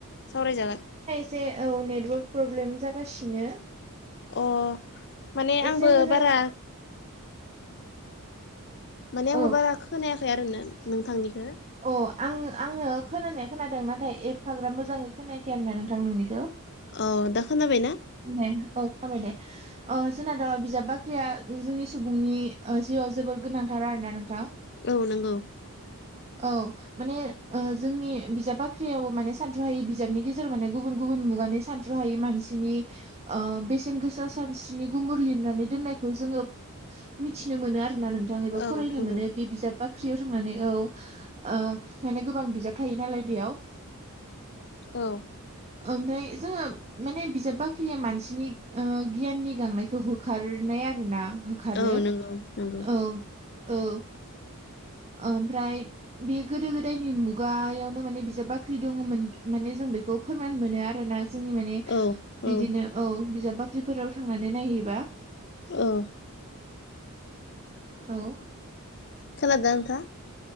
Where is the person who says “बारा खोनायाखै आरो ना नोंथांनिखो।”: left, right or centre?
Left